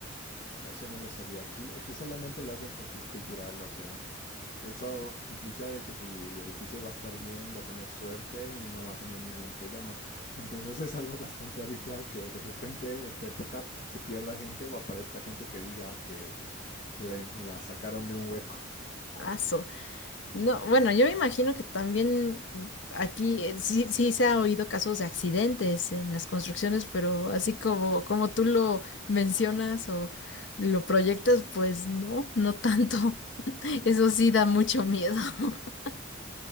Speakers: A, on the left; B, on the left.
A: Eso no lo sabía aquí. Aquí solamente lo hacen porque es cultural, o sea. Eso indica de que tu edificio va a estar bien, va a tener suerte y no va a tener ningún problema. Entonces es algo bastante habitual que de repente esta época se pierda gente o aparezca gente que diga que, que le- la sacaron de un hueco.
B: Ah, No, bueno, yo me imagino que también mm, aquí eh, sí, sí se ha oído casos de accidentes en las construcciones, pero así como, como tú lo mencionas o lo proyectas, pues no, no tanto. <laughs> Eso sí da mucho miedo. <laughs>